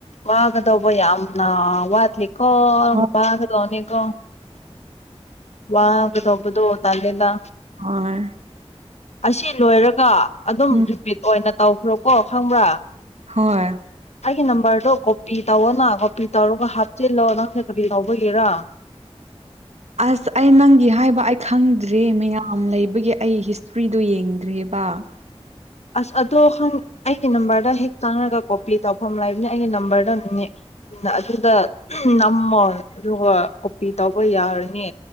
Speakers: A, on the left (about 75°); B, on the right (about 80°).
A: ꯋꯥꯒꯗꯧꯕ ꯌꯥꯝꯅ ꯋꯥꯠꯂꯤ ꯀꯣꯔꯣꯅꯤ
B: ꯍꯣꯏ
A: ꯀꯣ ꯋꯥꯕꯗꯣꯕꯗꯣ ꯇꯗꯦꯗ
B: ꯍꯣꯏ
A: ꯑꯁꯤ ꯂꯣꯏꯔꯒ ꯑꯗꯨꯝ
B: ꯎꯝ
A: ꯔꯤꯄꯤꯠ ꯑꯣꯏꯅ ꯇꯧꯈ꯭ꯔꯣꯀꯣ ꯈꯪꯕ꯭ꯔꯥ
B: ꯍꯣꯏ
A: ꯑꯩꯒꯤ ꯅꯝꯕꯔꯗꯣ ꯀꯣꯄꯤ ꯇꯧꯅ ꯀꯣꯄꯤ ꯇꯧꯔꯒ ꯍꯥꯞꯆꯤꯜꯂꯣ ꯅꯪꯅ ꯀꯔꯤ ꯂꯧꯕꯒꯦꯔ
B: ꯑꯁ ꯑꯩ ꯅꯪꯒꯤ ꯍꯥꯏꯕ ꯑꯩ ꯈꯪꯗ꯭ꯔꯔꯤ ꯃꯌꯥꯝ ꯂꯩꯕ ꯑꯗꯨꯒꯤ ꯑꯩ ꯍꯤꯁꯇ꯭ꯔꯤꯗꯨꯣ ꯌꯦꯡꯗ꯭ꯔꯤꯦꯕ
A: ꯑꯁ ꯑꯗꯣ ꯍꯪ ꯑꯩꯒꯤ ꯅꯝꯕꯔꯗ ꯍꯦꯛ ꯆꯪꯉꯒ ꯀꯣꯄꯤ ꯇꯧꯐꯝ ꯂꯩꯕꯅꯤ ꯑꯩꯒꯤ ꯅꯝꯕꯔꯗꯅꯦ ꯑꯗꯨꯗ ꯅꯝꯃꯣ ꯑꯗꯨꯒ ꯀꯣꯄꯤ ꯇꯧꯕ ꯌꯥꯔꯅꯤ